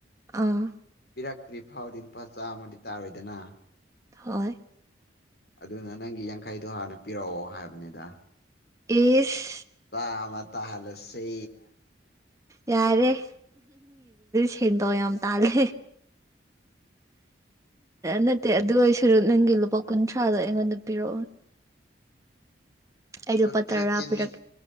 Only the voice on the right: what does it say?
ꯑꯥ
ꯍꯣꯏ
ꯏꯁ
ꯌꯥꯔꯦꯝ ꯁꯦꯟꯗꯧ ꯌꯥꯝ ꯇꯥꯜꯔꯦ ꯅꯠꯇꯦ ꯑꯗꯨ ꯑꯣꯏ ꯁꯔ ꯅꯪꯒꯤ ꯂꯨꯄꯥ ꯀꯨꯟꯊ꯭ꯔꯥꯗꯣ ꯑꯩꯉꯣꯟꯗ ꯄꯤꯔꯛꯑꯣꯅꯦ ꯑꯩ ꯂꯨꯄꯥ
ꯇꯔꯥ ꯄꯤꯔꯛꯀꯦ